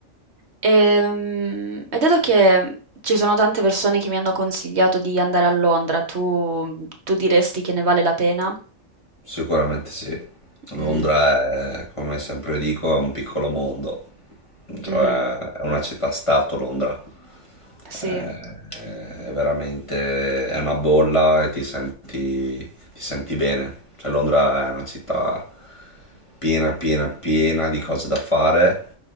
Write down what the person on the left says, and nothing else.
Sicuramente sì,
Londra è, come sempre dico, è un piccolo mondo, cioè
è una città-stato Londra,
è, è veramente, è una bolla e ti senti, ti senti bene, cioè Londra è una città piena, piena, piena di cose da fare,